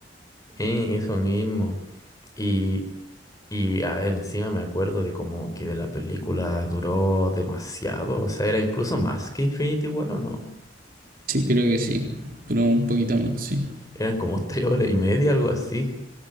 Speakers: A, on the left; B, on the right.
A: eh, eso mismo. Y, y a ver, encima me acuerdo de como que de la película duró demasiado, o sea, era incluso más que Infinity War, ¿o no?
B: Sí, creo que sí. Duró un poquito más, sí.
A: Eran como <laughs> tres horas y media, algo así.